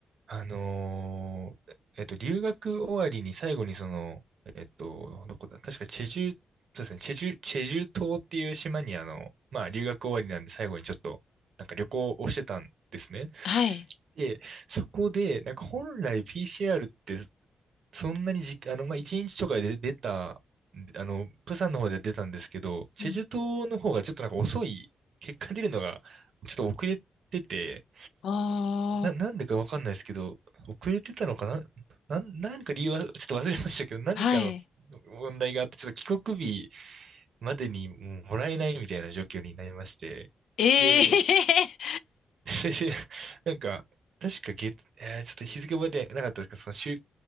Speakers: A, on the right (about 65°); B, on the left (about 80°).
A: あのーえっと、留学終わりに最後にその、えっと、どこだ、確かチェジュ、そうですね、チェジュ、チェジュ島っていう島にあの、まあ留学終わりなんで最後にちょっと、なんか旅行をしてたんですね。
B: はい。
A: で、そこで、なんか本来 PCR ってそんなにじ、あの、まあ1日とかで出た、あの、プサンの方では出たんですけど、チェジュ島の方がちょっとなんか遅い、
B: うん
A: 結果出るのがちょっと遅れてて、
B: おー。
A: な、なんでかわかんないですけど、遅れてたのかな、なん、なんか理由はちょっと忘れましたけど、何かの
B: はい。
A: 問題があって、ちょっと帰国日までにもらえないみたいな状況になりまして、
B: え
A: で、
B: え
A: <laughs> それで、なんか、確か月、えーちょっと日付覚えてなかったですかその週、